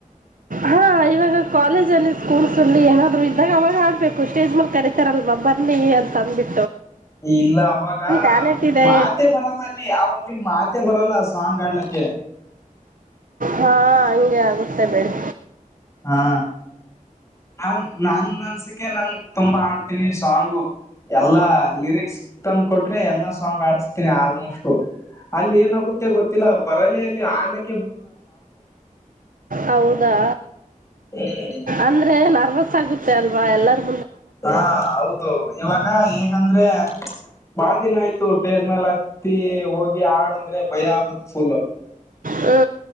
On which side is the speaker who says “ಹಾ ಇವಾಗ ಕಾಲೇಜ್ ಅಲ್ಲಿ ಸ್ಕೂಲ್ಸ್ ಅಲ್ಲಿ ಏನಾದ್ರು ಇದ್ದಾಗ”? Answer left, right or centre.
Right